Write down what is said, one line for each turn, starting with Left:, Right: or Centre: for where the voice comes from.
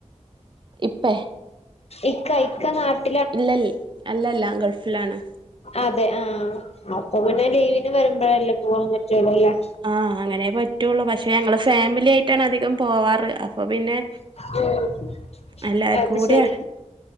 Right: ഇപ്പേ
Left: ഇക്ക ഇക്ക നാട്ട്
Right: ഇല്ലൽ അല്ലല്ല ഗൾഫിലാണ്
Left: അതെ ആഹ് അപ്പൊ പിന്നെ ലീവിന് വരുമ്പഴ് അല്ലെ പോവാൻ പറ്റൊള്ളൂ അല്ലേ
Right: ആഹ് അങ്ങനെ പറ്റുള്ളൂ പക്ഷെ ഞങ്ങള് ഫാമിലി ആയിട്ടാണ് അധികം പോവാറ് അപ്പൊ പിന്നെ
Left: <inaudible>
Right: എല്ലാർക്കും
Left: അത്
Right: കൂടി
Left: ശരി